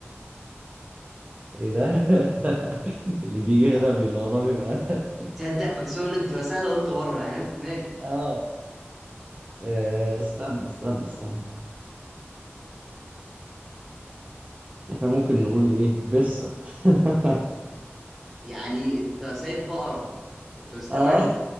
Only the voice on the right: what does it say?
ايه ده <laughs> اللي بيجي
هنا بي- الموضوع بيبقى <laughs>
اه آه، استنى استنى استنى احنا ممكن
نقول
ايه بسة <laughs>
اه